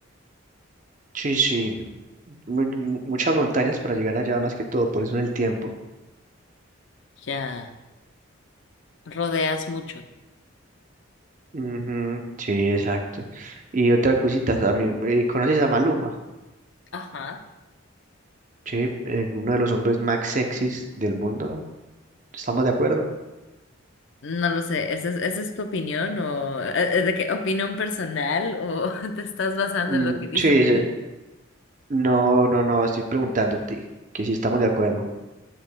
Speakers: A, on the right; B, on the left.
A: Sí, sí. Mu- mu- muchas montañas para llegar allá, más que todo, por eso el tiempo.
B: Ya, rodeas mucho.
A: Ujú, Sí, exacto. Y otra cosita, a mí, eh, ¿conoces a Maluma?
B: Ajá.
A: Sí, eh, uno de los hombres más sexys del mundo. ¿Estamos de acuerdo?
B: No lo sé, ¿esa es, esa es tu opinión o eh, eh, de qué opinión personal o <laughs> te estás basando
A: Mm,
B: en lo que dicen?
A: sí, sí. no, no, no, estoy preguntándote que si estamos de acuerdo.